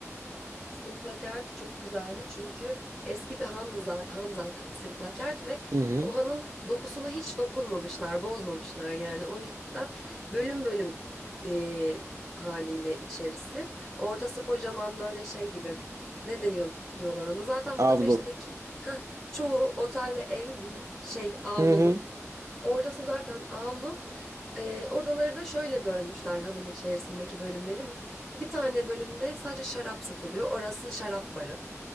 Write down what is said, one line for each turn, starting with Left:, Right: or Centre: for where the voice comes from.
Centre: Simplakert çok güzeldi çünkü eski bir handı zaten, han zaten Simplakert ve
Right: Hı hı.
Centre: o hanın dokusuna hiç dokunmamışlar, bozmamışlar yani. O yüzden bölüm bölüm e, haliyle içerisi. Ortası kocaman böyle şey gibi. Ne deniyor diyorlar ona. Zaten
Right: Avlu.
Centre: Budapeşte'deki heh, çoğu otel ve ev bin, şey avlulu.
Right: Hı hı.
Centre: Ortası zaten avlu. Ee, odaları da şöyle bölmüşler hanın içerisindeki bölümleri. Bir tane bölümde sadece şarap satılıyor. Orası şarap barı.